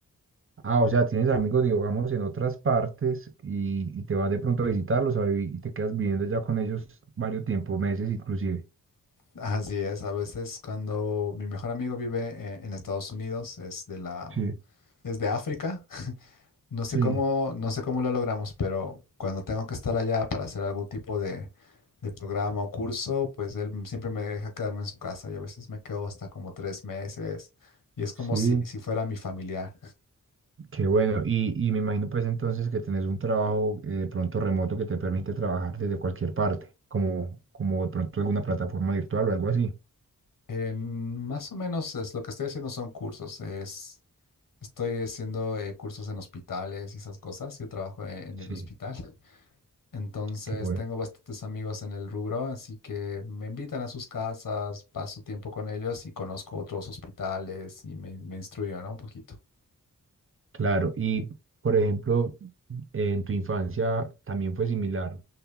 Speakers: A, on the right (about 40°); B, on the left (about 75°).
A: Ah, o sea, tienes amigos, digamos, en otras partes y, y te vas de pronto a visitarlos a vi- y te quedas viviendo ya con ellos varios tiempos, meses inclusive.
B: <laughs> Así es, a veces cuando mi mejor amigo vive eh, en Estados Unidos, es de la,
A: Sí,
B: es de África, No sé
A: sí.
B: cómo, no sé cómo lo logramos, pero cuando tengo que estar allá para hacer algún tipo de, de programa o curso, pues él m- siempre me deja quedarme en su casa y a veces me quedo hasta como tres meses y es como
A: Sí,
B: si, si fuera mi familiar.
A: qué bueno. Y, y me imagino pues entonces que tenés un trabajo eh, de pronto remoto que te permite trabajar desde cualquier parte, como, como de pronto alguna plataforma virtual o algo así.
B: En- más o menos es, lo que estoy haciendo son cursos, es, estoy haciendo eh, cursos en hospitales y esas cosas, yo trabajo en, en
A: Sí.
B: el hospital <laughs> Entonces
A: Qué bueno.
B: tengo bastantes amigos en el rubro, así que me invitan a sus casas, paso tiempo con ellos y conozco otros hospitales y me, me instruyo, ¿no? Un poquito.
A: Claro. Y por ejemplo, en tu infancia también fue similar.